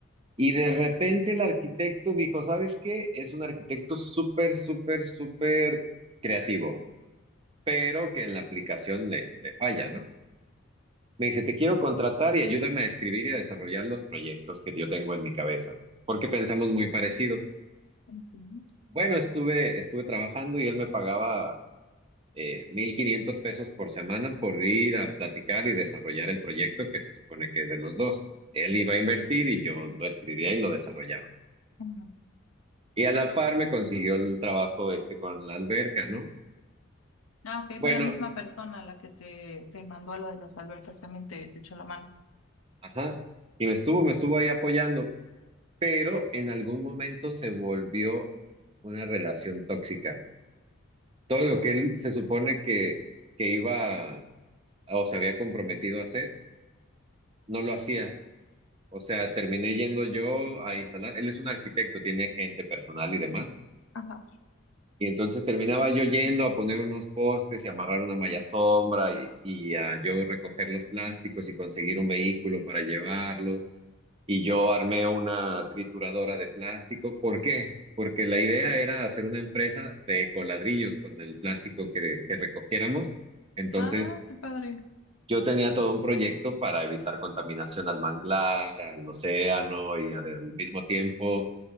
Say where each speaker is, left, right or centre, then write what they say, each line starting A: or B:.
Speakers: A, on the right; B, on the left.
A: Y de repente el arquitecto dijo, ¿sabes qué? Es un arquitecto súper, súper, súper creativo, pero que en la aplicación le, le falla, ¿no? Me dice, te quiero contratar y ayúdame a escribir y a desarrollar los proyectos que yo tengo en mi cabeza, porque pensamos muy parecido.
B: ujú,
A: Bueno, estuve, estuve trabajando y él me pagaba eh, 1.500 pesos por semana por ir a platicar y desarrollar el proyecto que se supone que es de los dos. Él iba a invertir y yo lo escribía y lo desarrollaba.
B: ujú.
A: Y a la par me consiguió el trabajo este con la alberca, ¿no?
B: Ah, ok,
A: Bueno,
B: fue la misma persona la que te, te mandó lo de los albertas, también te, te echó la mano.
A: ajá. Y me estuvo, me estuvo ahí apoyando, pero en algún momento se volvió una relación tóxica. Todo lo que él se supone que, que iba a- o se había comprometido a hacer, no lo hacía O sea, terminé yendo yo a instalar, él es un arquitecto, tiene gente personal y demás,
B: Ajá.
A: y entonces terminaba yo yendo a poner unos postes y amarrar una malla sombra y, y a yo recoger los plásticos y conseguir un vehículo para llevarlos, y yo armé una trituradora de plástico. ¿Por qué? Porque la idea era hacer una empresa de coladrillos con el plástico que, que recogiéramos. Entonces
B: Ah, qué padre.
A: yo tenía todo un proyecto para evitar contaminación al manglar, al océano y al al mismo tiempo